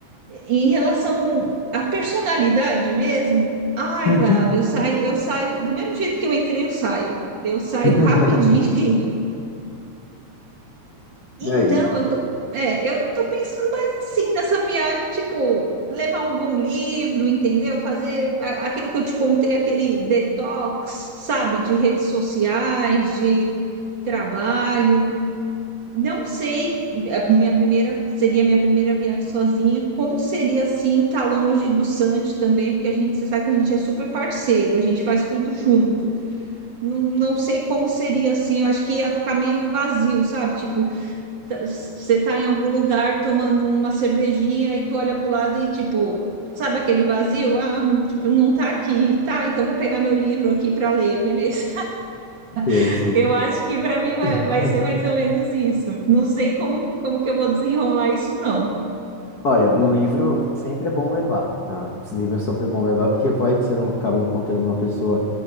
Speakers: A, on the right; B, on the left.
A: em relação à personalidade mesmo, ai,
B: uhum.
A: Gabi, eu saio, eu saio do mesmo jeito que eu entrei, eu saio. Eu saio
B: <laughs>
A: rapidinho. Então,
B: Daí,
A: eu tô, é, eu tô pensando mais assim nessa viagem, tipo, levar um bom livro, entendeu? Fazer a- aquilo que eu te contei, aquele detox, sabe, de redes sociais, de trabalho. Não sei, a minha primeira seria a minha primeira viagem sozinha. Como seria assim estar longe do Santi também, porque a gente você sabe que a gente é super parceiro, a gente faz tudo junto. Não, não sei como seria assim, eu acho que ia ficar meio vazio, sabe? Tipo, tá- Você tá em algum lugar tomando uma cervejinha e tu olha pro lado e tipo, sabe aquele vazio? Ah, tipo, não tá aqui. Tá, então vou pegar meu livro aqui para ler, beleza?
B: sei,
A: <laughs>
B: sei.
A: Eu acho que para mim vai,
B: <laughs>
A: vai ser mais ou menos isso. Não sei como, como que eu vou desenrolar isso, não.
B: Olha, um livro sempre é bom levar, tá? Os livros sempre é bom levar porque vai que você não acaba encontrando uma pessoa